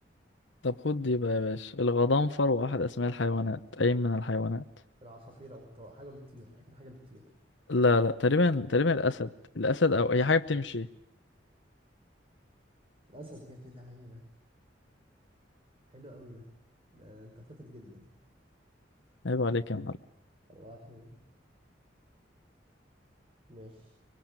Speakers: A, on the left; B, on the right.
A: طب خد دي بقى يا باشا الغضنفر واحد أسماء الحيوانات أي من الحيوانات
B: العصافير او الطائر حاجه بتطير اكيد حاجه بتطير
A: لا لا تقريبا تقريبا الأسد الأسد أو هي حاجة بتمشي
B: الاسد يا ابن اللعيبه حلو قوي ده. ده انت شاطر جدا
A: عيب عليك يا معلم
B: أربعة اتنين ماشي